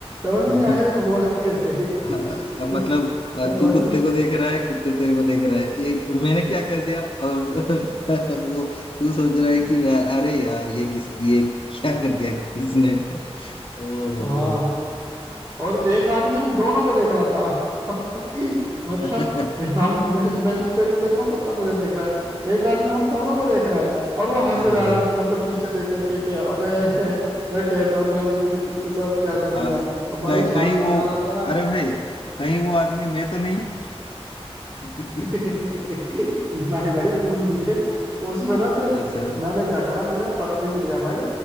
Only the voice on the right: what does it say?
समझ
नहीं आया ये हुआ कैसे
<laughs>
तो
भाई
<laughs>
हाँ और एक आदमी हम दोनों को देख रहा था <laughs>
मतलब
हम मैं, मैं कुत्ते को देख रहा हूँ कुत्ता मुझे देख रहा है एक आदमी हम दोनों को देख रहा है और वो हंसे
जा रहा है मतलब पीछे देख करके कि अबे <laughs> ये कैसे मतलब इसने इसके साथ क्या कर दिया
अब भाई
शादी
में
जा रहा था यार
<laughs> नहीं भाई तू नहीं है उसमें ना फिर
मैंने क्या करा मैंने परफ्यूम लिया भाई